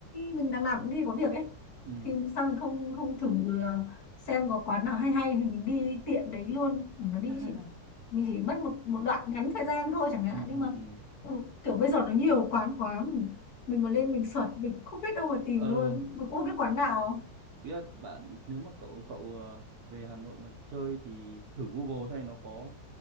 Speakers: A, on the left (about 55°); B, on the right (about 60°).
A: mình đằng nào cũng đi có việc ấy
B: Ừ.
A: thì sao mình không không thử ờ, xem có quán nào hay hay thì mình đi tiện đấy luôn mình nó đi
B: <laughs>
A: chỉ mình chỉ mất một một đoạn ngắn thời gian thôi chẳng hạn
B: Ừ. Ừ.
A: nhưng mà
B: Ừ.
A: ừ, kiểu bây giờ nó nhiều quán quá mình mình mà lên mình search mình không biết đâu mà tìm
B: Ờ,
A: luôn mình cũng không biết quán nào
B: Tức là bạn nếu mà cậu cậu ờ, về Hà Nội mà chơi thì thử Google xem nó có